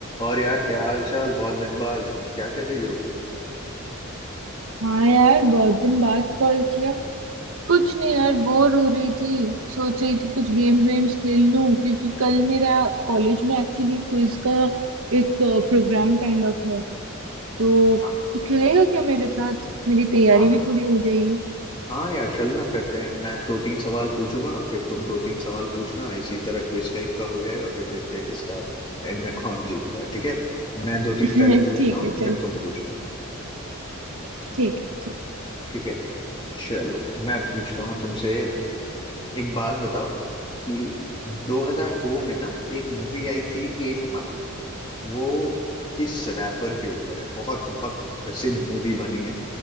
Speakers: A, on the left; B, on the right.
A: और यार क्या हाल चाल बहुत दिन बाद क्या कर रही हो
B: हाँ यार बहुत दिन बाद कॉल किया कुछ नहीं यार बोर हो रही थी सोच रही थी कुछ गेम्स वेम्स खेल लूं क्योंकि कल मेरा कॉलेज में एक्चुअली क्विज का एक प्रोग्राम काइंड ऑफ है तो
A: हाँ
B: तू खेलेगा क्या मेरे साथ मेरी तैयारी
A: हाँ
B: भी थोड़ी हो जाएगी
A: हाँ यार चलना करते हैं मैं दो तीन सवाल पूछूंगा फिर तुम दो तीन सवाल पूछना इसी तरह क्विज टाइप का हो जाएगा फिर देखते हैं किसका एंड में कौन जीतता है ठीक है मैं दो
B: <laughs>
A: तीन पहले पूछता
B: ठीक
A: हूँ
B: है चल
A: फिर तुम पूछना
B: ठीक है चल
A: ठीक है चलो मैं पूछता हूँ तुमसे एक बात बताओ कि 2002 में ना एक मूवी आई थी एट माइल वो किस रैपर के ऊपर है बहुत बहुत प्रसिद्ध मूवी बनी है